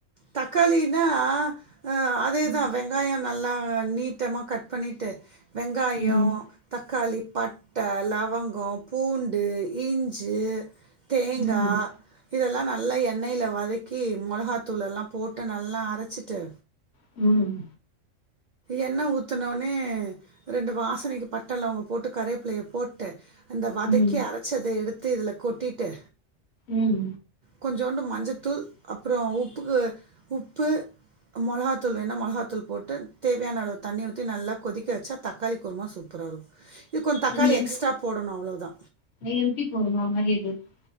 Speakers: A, on the right; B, on the left.
A: தக்காளினா அ அதேதா
B: ம்
A: வெங்காயோ நல்லா நீட் ட்டாம கட் பண்ணிட்டு வெங்காயோ
B: ம்
A: தக்காளி, பட்ட, லவங்கோ பூண்டு, இஞ்சி தேங்கா
B: ம்
A: இதெல்லா நல்ல எண்ணெய்ல வதக்கி மொளகாத் த்தூள் எல்லா போட்டு நல்லா அரச்சிட்டு
B: ம்
A: எண்ணெ ஊத்துனோன்னே ரெண்டு வாசனைக்கு பட்ட லவ்ங்கோ போட்டு கருவேப்பில்லைய போட்டு அந்த வதக்கி
B: ம்
A: அரச்சத எடுத்து இதுல கொட்டிட்டு
B: ம்
A: கொஞ்சோண்டு மஞ்சத்தூள் அப்புற உப்புக்கு உப்பு மொளகாத்தூள் வேணா மொளகாத்தூள் போட்டு தேவையான அளவு தண்ணி ஊத்தி நல்லா கொதிக்க வச்சா தக்காளி குருமா சூப்ராருக் இது கொந் தக்காளி
B: அது எம்
A: எக்ஸ்ட்ரா போடணு அவ்ளோ தா
B: <unintelligible>